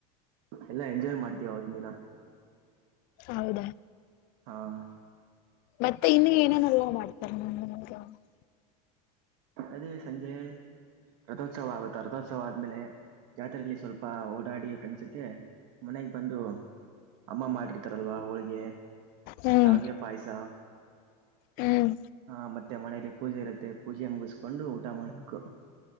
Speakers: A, on the right; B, on the left.
A: ಎಲ್ಲ ಎಂಜಾಯ್ ಮಾಡ್ತೀವಿ ಆವತ್ತಿನ ದಿನ.
B: ಹೌದಾ.
A: ಹಾ
B: ಮತ್ತೆ ಇನ್ನು ಏನೇನೆಲ್ಲ ಮಾಡ್ತಾರೆ. <unintelligible>
A: ಅದೇ ಸಂಜೆ ರಥೋತ್ಸವ ಆಗುತ್ತೆ. ರಥೋತ್ಸವ ಆದ್ಮೇಲೆ, ಜಾತ್ರರೆೆಯಲ್ಲಿ ಸ್ವಲ್ಪ ಓಡಾಡಿ ಫ್ರೆಂಡ್ಸ್ ಜೊತೆ. ಮನೆಗ್ ಬಂದು ಅಮ್ಮ ಮಾಡಿರ್ತಾರಲ್ವಾ ಹೋಳಿಗೆ
B: ಹ್ಮ್
A: ಶಾವಗೆ. ಪಾಯಸ
B: ಹ್ಮ್
A: ಹ ಮತ್ತೆ ಮನೇಲಿ ಪೂಜೆ ಇರುತ್ತೆ. ಪೂಜೆ ಮುಗಿಸ ಕೊಂಡು ಊಟ ಮಾಡ್ಬೇಕು.